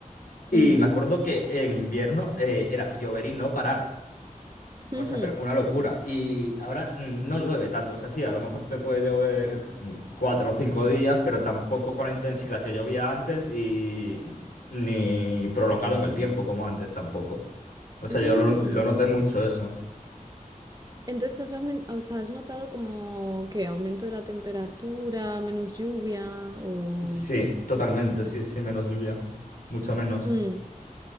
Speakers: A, on the left; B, on the right.
A: y
B: Ujú,
A: uno, y me acuerdo que en invierno eh, era llover y no parar. O
B: ujú.
A: sea, pero una locura. Y ahora mm, no llueve tanto. O sea, sí, a lo mejor te puede llover pf, mm, cuatro o cinco días, pero tampoco con la intensidad que llovía antes y ni prolongado en el tiempo como antes tampoco. O sea,
B: Mm,
A: yo lo, lo noté
B: o-
A: mucho eso.
B: Entonces, has, aumen- o sea, ¿has notado como que aumento de la temperatura, menos lluvia o...?
A: Sí, totalmente, sí, sí, menos lluvia. mucha menos.
B: Mm,